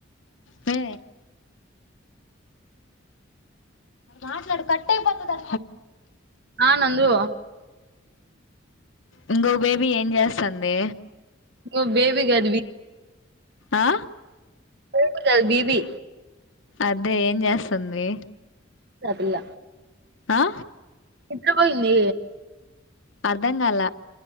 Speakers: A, on the left; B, on the right.
A: మే మాట్లాడు కట్టయిపోతది
B: ఆ నందు
A: ఇంకో బేబీ ఏం చేస్తాంది
B: నువ్వు బేబీ కాదు బీ-
A: ఆ
B: బేబీ గాదు బీబీ
A: అదే ఏం చేస్తుంది
B: ఆ పిల్ల
A: ఆ
B: ఇత్ర పొయింది
A: అర్థం కాల